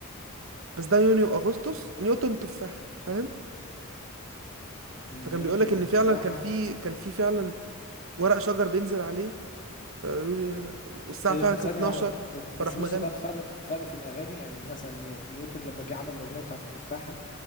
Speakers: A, on the right; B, on the left.
A: بس ده يونيو واغسطس نيوتن تفاح فاهم
B: نيوتن
A: فكان بيقول لك ان
B: وتفاحة
A: فعلا كان في كان في فعلا ورق شجر بينزل عليه فبيقول- والساعه
B: إيه
A: فعلا
B: ده طب
A: كانت
B: ثانية
A: 12
B: واحدة بس بس
A: فراح مغني
B: بص بقى الفرق فرق في الأغاني يعني مثلا نيو- نيوتن لما جه عمل الأغنية بتاعت التفاحة